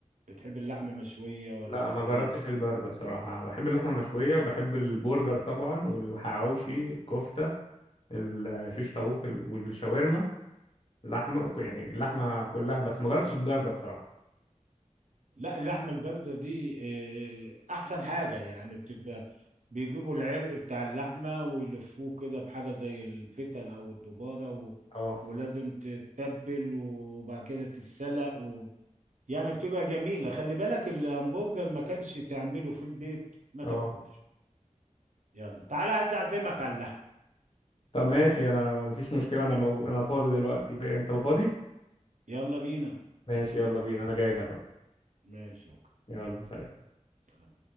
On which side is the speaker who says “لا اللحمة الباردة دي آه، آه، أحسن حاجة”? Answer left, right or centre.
Right